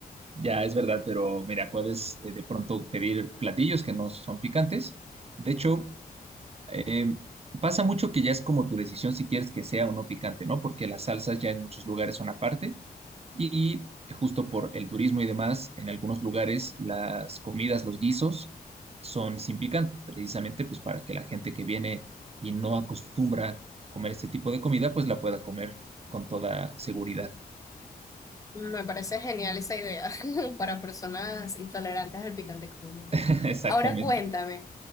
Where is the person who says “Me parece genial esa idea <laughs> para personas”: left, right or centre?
Left